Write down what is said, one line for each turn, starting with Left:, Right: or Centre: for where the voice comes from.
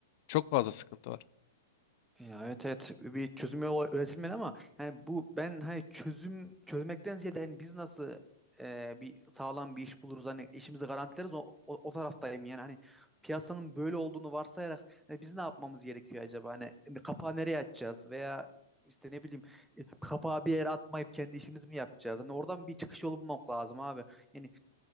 Left: Çok fazla sıkıntı var.
Centre: Ya evet evet bir çözüm yolu üretilmedi ama yani bu ben hani çözüm çözmekten ziyade hani biz nasıl e, bir sağlam bir iş buluruz hani işimizi garantileriz o, o, o taraftayım yani hani piyasanın böyle olduğunu varsayarak hani biz ne yapmamız gerekiyor acaba hani hani kapağı nereye atacağız veya işte ne bileyim e, kapağı bir yere atmayıp kendi işimizi mi yapacağız hani oradan bir çıkış yolu bulmak lazım abi yani